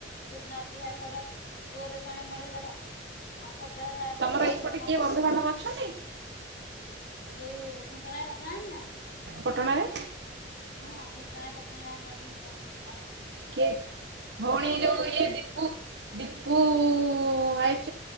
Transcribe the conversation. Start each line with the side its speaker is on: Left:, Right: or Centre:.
Left: ଦିନ ଅପେକ୍ଷା କର ବୋରରେ ପାଣି ମଡେଇଦବ ଆ। <unintelligible>
Right: ତମର
Left: ନହନେ
Right: ଏଇପଟେ
Left: ନ
Right: କିଏ
Left: ହବ।
Right: ବନ୍ଧୁବାନ୍ଧବ
Left: <inaudible>
Right: ଅଛନ୍ତି
Left: ଏଇ ଯୋଉ ଢେଙ୍କାନାଳ ପାଟଣା ନାଁ।
Right: ପଟଣା ରେ
Left: ହଁ ଢେଙ୍କାନାଳ ପାଟଣା ଲାଇନେ ରେ ଅଛନ୍ତି ବନ୍ଧୁ ବାନ୍ଧବ।
Right: କିଏ <inaudible> ଭଉଣୀ ଯୋଉଁ
Left: ଗାଁ ରେ
Right: ଇଏ
Left: ଦି
Right: ଦୀପୁ <inaudible> ଦୀପୁ ଆଇ